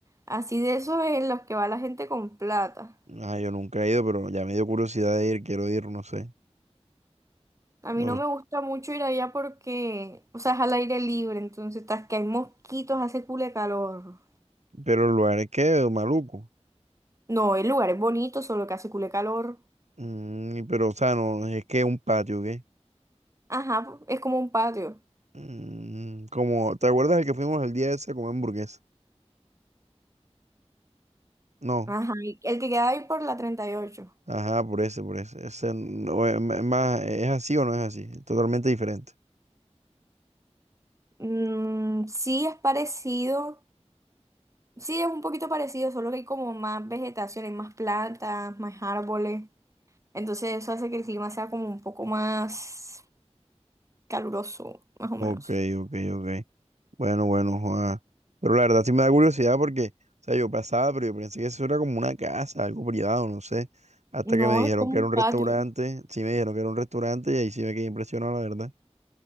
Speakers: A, on the right; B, on the right.
A: así de esos en los que va la gente con plata.
B: Ah, yo nunca he ido, pero ya me dio curiosidad de ir, quiero ir, no sé.
A: A mí
B: No,
A: no me gusta mucho ir allá porque, o sea, es al aire libre, entonces tras que hay mosquitos, hace cule calor.
B: pero el lugar es que maluco.
A: No, el lugar es bonito, solo que hace cule calor.
B: Mm, pero, o sea, no, es que es un patio, ¿qué?
A: Ajá, es como un patio.
B: Mm, como, ¿te acuerdas el que fuimos el día ese a comer hamburguesa? No.
A: Ajá, y el que queda ahí por la 38.
B: Ajá, por eso, por eso. Ese no es es más, eh, ¿es así o no es así? Totalmente diferente.
A: Mm, sí es parecido, sí es un poquito parecido, solo que hay como más vegetación, hay más plantas, más árboles. Entonces eso hace que el clima sea como un poco más caluroso, más o
B: Ok,
A: menos.
B: ok, ok. Bueno, bueno, Juan. Pero la verdad sí me da curiosidad porque, o sea, yo pasaba, pero yo pensé que eso era como una casa, algo privado, no sé. Hasta
A: No,
B: que me dijeron
A: es como
B: que era
A: un
B: un
A: patio.
B: restaurante. Sí me dijeron que era un restaurante y ahí sí me quedé impresionado, la verdad.